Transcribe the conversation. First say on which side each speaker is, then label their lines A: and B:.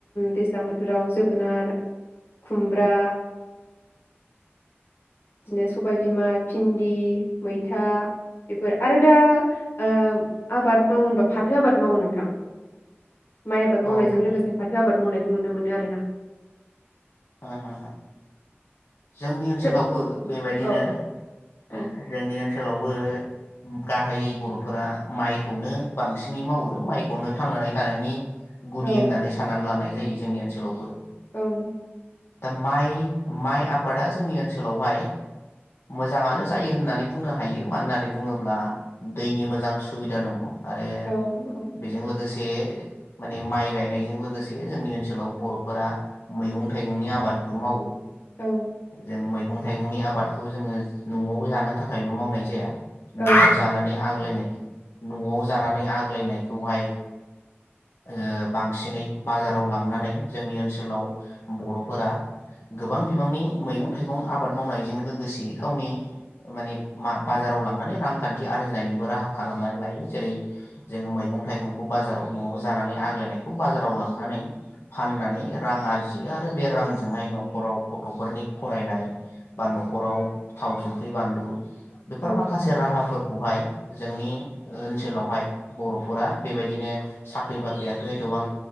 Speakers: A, on the left; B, on the left.
A: दैज्लां बोथोराव जोगोनार खुमब्रा बिदिनो सबायबिमा भिन्दि मैथा बेफोर आरो दा ओ आबाद मावो होनबा फाथो आबाद मावो नोंथां माइ आबाद
B: औ हो
A: मावनायजों लोगोसे फाथो आबाद मावनायखौ खौ नुनो मोनो आरोना
B: आहाहा जोंनि ओनसोलावबो
A: नो
B: बेबायदिनो
A: औ
B: <unintelligible>
A: औ
B: ओनसोलावबो गाहायै बर'फोरा माइखौनो बांसिनै मावो माइखौनो थांनानै थानायनि गुदि
A: औ
B: होननानै साननानै लानाय जायो जोंनि ओनसोलावबो
A: औ
B: दा माइ माइ आबादा जोंनि ओनसोलावहाय मोजाङानो जायो होननानै बुंनो हायो मानो होननानै बुङोब्ला दैनि मोजां सुबिदा दङ आरो
A: औ औ
B: बेजों लोगोसे बे माने माइ गायनायजों लोगोसे जोंनि ओनसोलाव बर'फोरा मैगं थाइगंनि आबादबो मावो।
A: औ
B: जों मैगं थाइगंनि आबादखौ जोङो न'आव जानो थाखायल' मावनाय जाया।
A: औ
B: न'आव जानानै आंग्लायनाय नआव जानानै आग्लायनाय खौहाय आ बांसिनै बाजाराव लांनानै जोंनि ओनसोलाव बर'फोरा गोबां बिबांनि मैगं थाइगं आबाद मावनायजों लोगोसे गावनि माने बाजाराव लांनानै रांखान्थि आरजिनायनिबो राहा खालामनानै लायो। जेरै जोङो मैगं थाइगंखौ बाजाराव न'आव जानानै आग्लायनायखौ बाजाराव लांनानै फाननानै रां आरजि जियो आरो बे रांजोंहाय न'खराव गथ'फोरनि फरायनाय बा न'खराव थाव संख्रि बानलु बेफोर
A: औ
B: माखासे राहाफोर खौहाय जोंनि ओनसोलावहाय बर'फोरा बेबायदिनो साख्रि बाख्रियाथ' एथबां